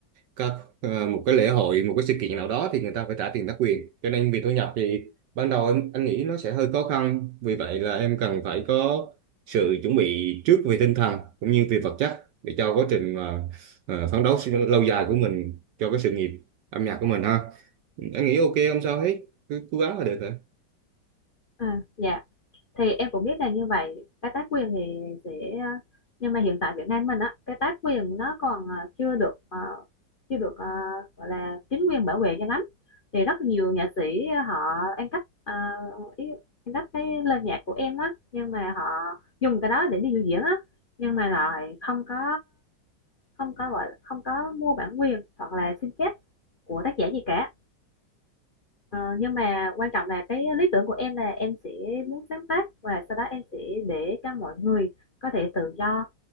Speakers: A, on the right; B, on the left.
A: các ờ, một cái lễ hội một cái sự kiện nào đó thì người ta phải trả tiền tác quyền cho nên việc thu nhập thì ban đầu em anh nghĩ nó sẽ hơi khó khăn vì vậy là em cần phải có sự chuẩn bị trước về tinh thần cũng như về vật chất để cho quá trình mà ờ, phấn đấu lâu dài của mình cho cái sự nghiệp âm nhạc của mình ha anh nghĩ ok không sao hết cứ cố gắng là được hả
B: à, dạ thì em cũng biết là như vậy cái tác quyền thì sẽ ờ, nhưng mà hiện tại Việt Nam mình á cái tác quyền nó còn ờ, chưa được ờ, chưa được ờ, gọi là chính quyền bảo vệ cho lắm thì rất nhiều nghệ sĩ họ ăn cắp ờ, ý, ăn cắp cái lời nhạc của em á nhưng mà họ dùng cái đó để đi biểu diễn á nhưng mà lại không có không có gọi là không có mua bản quyền hoặc là xin phép của tác giả gì cả Ờ, nhưng mà quan trọng là cái lý tưởng của em là em sẽ muốn sáng tác và sau đó em sẽ để cho mọi người có thể tự do